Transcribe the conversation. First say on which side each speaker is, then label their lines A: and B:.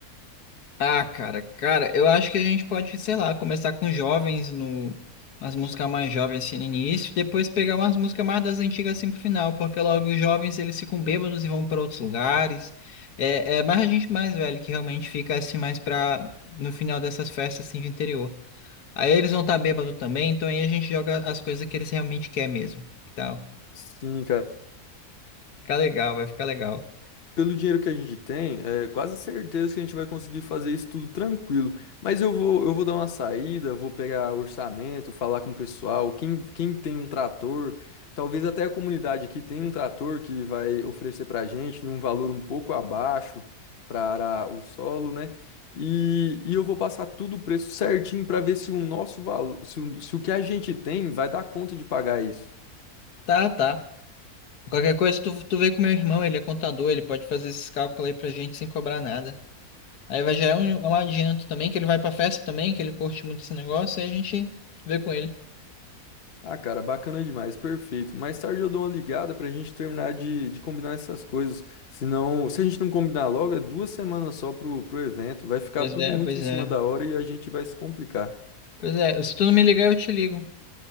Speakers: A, on the left; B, on the left.
A: Ah, cara, cara, eu acho que a gente pode, sei lá, começar com jovens no umas músicas mais jovens assim no início, depois pegar umas músicas mais das antigas assim pro final, porque logo os jovens eles ficam bêbados e vão para outros lugares. É, é mais a gente mais velho que realmente fica assim mais pra no final dessas festas assim de interior. Aí eles vão estar tá bêbado também, então aí a gente joga as coisas que eles realmente quer mesmo, que tal?
B: Sim, cara.
A: Fica legal, vai ficar legal.
B: Pelo dinheiro que a gente tem, é quase certeza que a gente vai conseguir fazer isso tudo tranquilo. Mas eu vou, eu vou dar uma saída, vou pegar orçamento, falar com o pessoal, quem, quem tem um trator, talvez até a comunidade aqui tenha um trator que vai oferecer pra gente num valor um pouco abaixo para arar o solo, né? E, e eu vou passar tudo o preço certinho para ver se o nosso valor, se o, se o que a gente tem vai dar conta de pagar isso.
A: Tá, tá. Qualquer coisa tu, tu vê com meu irmão, ele é contador, ele pode fazer esses cálculos aí pra gente sem cobrar nada. Aí vai já é um, é um adianto também, que ele vai pra festa também, que ele curte muito esse negócio, e a gente vê com ele.
B: Ah, cara, bacana demais, perfeito. Mais tarde eu dou uma ligada pra gente terminar de, de combinar essas coisas. Senão, se a gente não combinar logo, é duas semanas só pro, pro evento. Vai ficar
A: Pois
B: tudo
A: é,
B: muito
A: pois
B: em cima
A: é.
B: da hora e a gente vai se complicar.
A: Pois é, se tu não me ligar, eu te ligo.